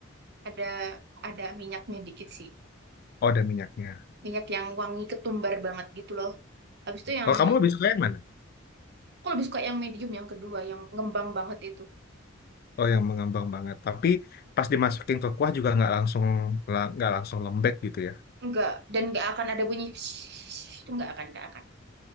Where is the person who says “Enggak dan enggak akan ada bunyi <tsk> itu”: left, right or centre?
Right